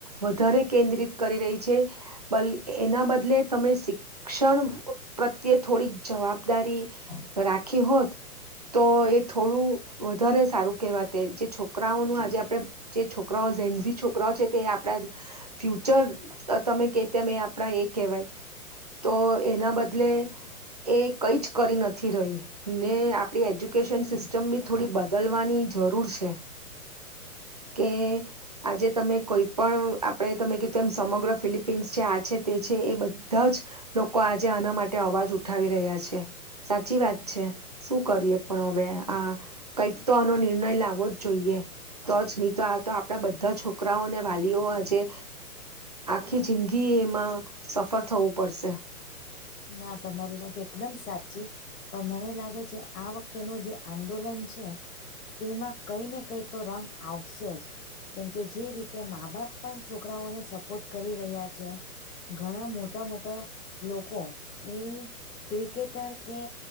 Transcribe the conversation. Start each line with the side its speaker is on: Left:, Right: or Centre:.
Right: વધારે કેન્દ્રિત કરી રહી છે. બ એના બદલે તમે ક્ષણ પ્રત્યે થોડીક જવાબદારી રાખી હોત તો એ થોડું વધારે સારું કેહેવા તે છોકરાઓનું આજે આપડણે જે છોકરાઓ ઝનઝ છોકરાઓ છે તે આપણે ફ્યુચર તમે કે તેમ એ આપડા એ કહેવાય. તો એના બદલે એ કઈ જ કરી નથી રહી. ને આપડી એજ્યુકેશન સિસ્ટમ બી થોડી બદલવાની જરૂર છે. કે, આજે તમે કોઈ પણ આપણે તમે કીધધું એમ સમગ્ર ફિલિપિન્સ જે આ છે તે છે એ બધા જ લોકો આજે આના માટે અવાજ ઉઠાવી રહ્યા છે સાચી વાત છે. શું કરીએ પણ હવે આ કઈક તો આનો નિર્ણય લાવો જ જોઈએ તો જ નહી તો આ તો આપણા બધા છોકરાઓને વાલીઓ આજે આખી જિંદગી એમાં સફર થવું પડશે.
Left: ના તમારી વાત એકદમ સાચી પણ મને લાગે છે આ વખ તેનું જે આંદોલન છે. તેમાં કઈ ને કઈ તો રંગ આવશે જ કેમકે જે રીતે મા બાપ પણ છોકરાઓને સપોર્ટ કરી રહ્યા છે ઘણા મોટા મોટા લોકો હમ્મ ક્રિકેટર કે